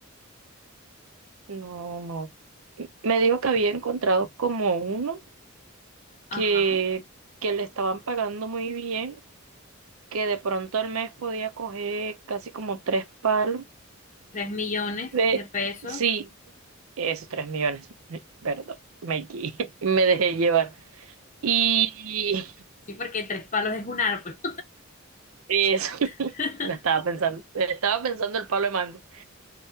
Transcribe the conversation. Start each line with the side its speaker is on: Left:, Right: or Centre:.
Right: No, no. Me dijo que había encontrado como uno
Left: Ajá,
Right: que, que le estaban pagando muy bien que de pronto al mes podía coger casi como tres palos.
Left: tres millones
Right: Eh,
Left: de pesos.
Right: sí, eso, tres millones, <laughs> perdón, me equivoqué, <laughs> me dejé llevar. Y
Left: Sí, porque tres palos es un árbol.
Right: eso, <laughs>
Left: <laughs>
Right: lo estaba pensando, estaba pensando el palo de mango.